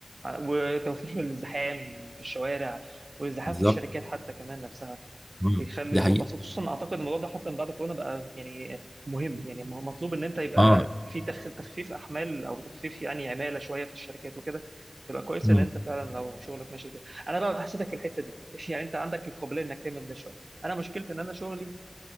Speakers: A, on the right; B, in the centre.
A: آه، وتوفير في الزحام في الشوارع والزحام
B: بالظبط
A: في الشركات حتى كمان نفسها
B: مم.
A: بيخلي
B: دي
A: الموضوع
B: حقيقة
A: أصل خصوصا اعتقد الموضوع ده حتى من بعد كورونا بقى يعني مهم يعني م- مطلوب ان انت يبقى
B: اه
A: في تخ- تخفيف احمال او تخفيف يعني عماله شويه في الشركات وكده يبقى كويس
B: مم.
A: ان انت فعلا لو شغلك ماشي كده انا بقى حسيتك في الحته دي <laughs> يعني انت عندك القابليه انك تعمل ده شويه انا مشكلتي ان انا شغلي